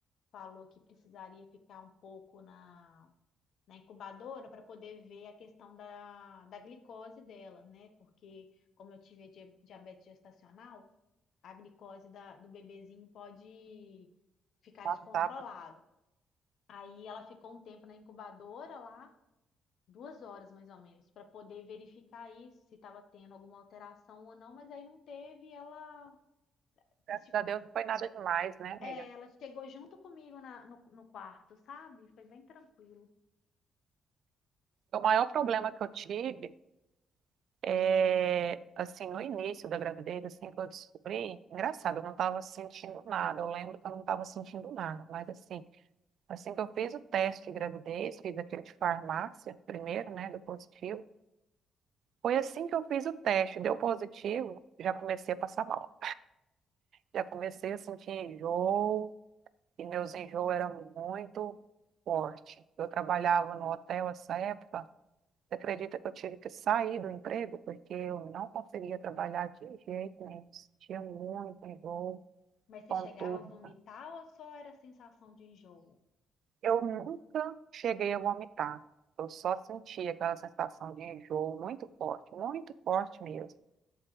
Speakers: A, on the left (about 65°); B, on the right (about 70°).
A: falou que precisaria ficar um pouco na, na incubadora para poder ver a questão da, da glicose dela, né? Porque, como eu tive a dia- diabetes gestacional, a glicose da- do bebezinho pode ficar
B: Nossa,
A: descontrolado.
B: tava.
A: Aí ela ficou um tempo na incubadora lá duas horas mais ou menos para poder verificar isso, se estava tendo alguma alteração ou não, mas aí não teve, ela,
B: Graças
A: tipo,
B: a Deus não foi nada demais, né, amiga?
A: é, ela chegou junto comigo na- no, no quarto, sabe? Foi bem tranquilo.
B: O maior problema que eu tive é, assim, no início da gravidez, assim, que eu descobri, engraçado, eu não estava sentindo nada, eu lembro que eu não estava sentindo nada, mas assim, assim que eu fiz o teste de gravidez, fiz aquele de farmácia primeiro, né, do positivo, foi assim que eu fiz o teste, deu positivo, já comecei a passar mal, já comecei a sentir enjoo, e meus enjoos eram muito forte. Eu trabalhava no hotel essa época, Você acredita que eu tive que sair do emprego porque eu não conseguia trabalhar de jeito nenhum, sentia muito enjoo,
A: Mas você
B: tontura.
A: chegava a vomitar ou só era sensação de enjoo?
B: Eu nunca cheguei a vomitar, eu só sentia aquela sensação de enjoo muito forte, muito forte mesmo.